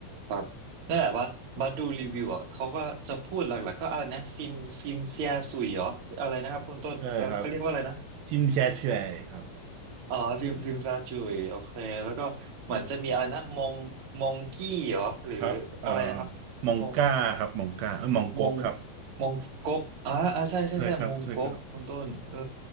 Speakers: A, on the right (about 70°); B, on the right (about 80°).
A: ครับนั่นแหละว่าบัดดูรีวิวอ่ะเขาก็จะพูดหลักๆก็อะไรนะซิมซิมเซียสุยเหรออะไรนะครับคุณต้นเขาเขาเรียกว่าอะไรนะ
B: ใช่ครับชิมแชช่วยครับ
A: อ๋อซิมซิมซาจุยโอเคแล้วก็เหมือนจะมีอะไรนะมองมองกี้เหรอหรืออะไรนะครับ
B: ครับเอ่อมองก้าครับมองก้าเออมองก๊กครับ
A: มอง มงมงก๊กอ่าอ่าใช่ใช่ใช่มงก๊กคุณต้นเออ
B: ใช่ครับใช่ครับ